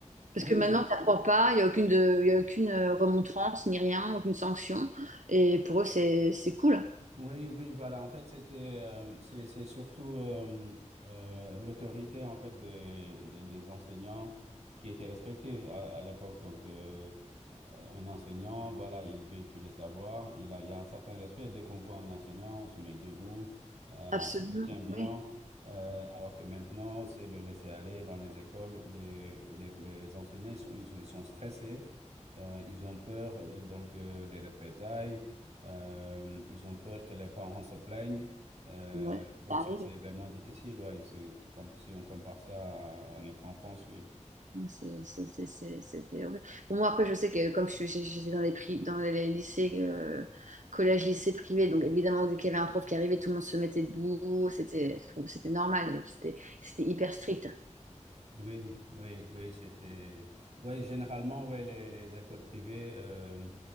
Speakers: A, on the right; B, on the right.
A: oui,
B: Parce que maintenant, tu n'apprends pas, il n'y a aucune, de- il y a aucune euh, remontrance, ni rien, aucune sanction. Et pour eux, c'est c'est cool.
A: Oui, oui, voilà. En fait, c'était, euh, c'est, c'est surtout euh, euh, l'autorité en fait des, des, des enseignants qui était respectée à, à l'époque. Donc, euh, un enseignant, voilà, il véhicule le savoir. Il a, il y a un certain respect. Dès qu'on voit un enseignant, on se met debout, euh,
B: Absolument.
A: on se tient bien.
B: Ouais.
A: Euh, alors que maintenant, c'est le laisser aller dans les écoles. Les, les, les enseignants, ils sont, ils sont, ils sont stressés. Euh, ils ont peur euh, donc euh, des représailles. Euh, ils ont peur que les parents se plaignent. Euh,
B: Ouais,
A: donc
B: ça
A: c'est
B: arrive.
A: c'est vraiment difficile, ouais. C'est tout comme si on compare ça à, à notre enfance, oui.
B: Ouais, C'est- c'est- c'est- c'est- C'était horrible. Bon, moi, après, je sais que comme je suis- j'étais dans les prix, dans les lycées, euh, collège, lycée privé, donc évidemment, dès qu'il y avait un prof qui arrivait, tout le monde se mettait debout. C'était, bon, c'était normal. C'était, c'était hyper strict.
A: Oui, oui, oui, c'était. Oui, généralement, ouais, les, les écoles privées euh,